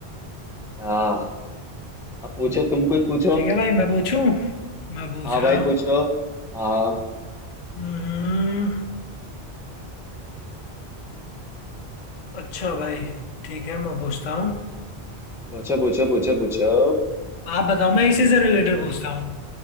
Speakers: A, in the centre; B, on the left.
A: हाँ अब पूछो तुम कुछ पूछो
B: ठीक है भाई मैं पूछूं मैं पूछ
A: हाँ
B: रहा
A: भाई पूछो हाँ हाँ
B: हम्म अच्छा भाई ठीक है मैं पूछता हूँ
A: पूछो पूछो पूछो पूछो
B: आप बताओ मैं इसी से रिलेटेड पूछता हूँ